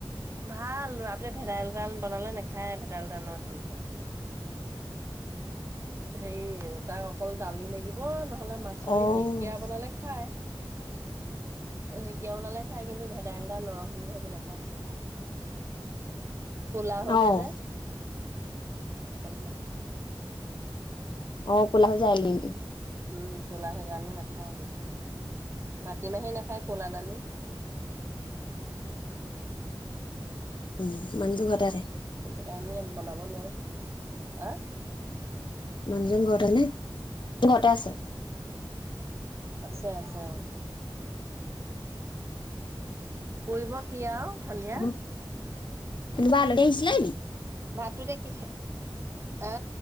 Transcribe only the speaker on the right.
ভাল লৰাটোৱে ভেধাইলতা জাল বনালে নেখায় আৰু <unintelligible> নৰসিংহ হেই তাক অকল দালি লাগিব ন, হ'লে মাছৰ
ঢেকীয়া বনালে খায়। ঢেকীয়া বনালে খায় কিন্তু ভেদাইলতা নৰসিংহবোৰ নাখায়। কোলা হৈ
যায় যে সেইকাৰ নেখায়।
উম ক'লা সেইকাৰণে নাখায় আহি পাতিমাহে নাখায় ক'লা দালি
সেইটো কাৰণে বনাব নোৱাৰি আ
আছে আছে অ কৰিব কি আৰু সন্ধিয়া
ভাতটো এতিয়া কিহে আ